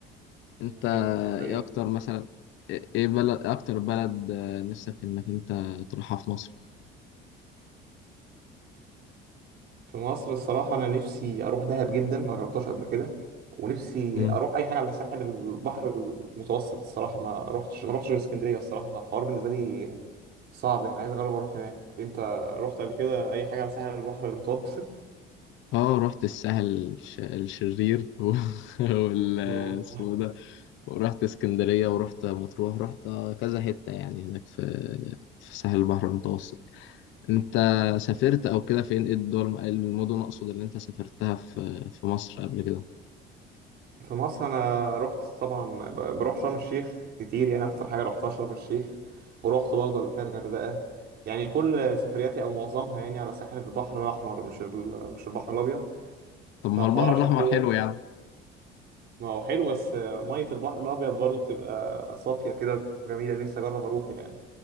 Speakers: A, on the left; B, on the right.
A: انت
B: مم، حلو الفيوم
A: ايه اكتر مثلا ايه بلد إيه اكتر بلد آه، نفسك انك انت تروحها في مصر
B: في مصر الصراحة أنا نفسي أروح دهب جدا ما جربتهاش قبل كده ونفسي
A: مم.
B: أروح أي حاجة على ساحل البحر المتوسط الصراحة ما رحتش ما رحتش غير اسكندرية الصراحة فالحوار بالنسبة لي صعب يعني عايز أجرب أروح هناك أنت رحت قبل كده أي حاجة على ساحل البحر المتوسط؟
A: اه رحت الساحل الش- الشرير <laughs> وال
B: مم.
A: اسمه إيه ده ورحت اسكندرية ورحت مطروح رحت كذا حتة يعني هناك في في ساحل البحر المتوسط انت سافرت او كده فين ايه الدول إيه المدن اقصد اللي انت سافرتها في في مصر قبل كده
B: في مصر أنا رحت طبعا ب- بروح شرم الشيخ كتير يعني أكتر حاجة رحتها شرم الشيخ ورحت برضه قبل كده الغردقة يعني كل سفرياتي أو معظمها يعني على ساحل البحر الأحمر مش ال- مش البحر الأبيض
A: طب ما
B: فالحوار
A: هو البحر
B: عشان
A: الاحمر
B: كده
A: حلو يعني
B: ما هو حلو بس مية البحر الأبيض برضه بتبقى صافية كده وجميلة نفسي أجرب أروح يعني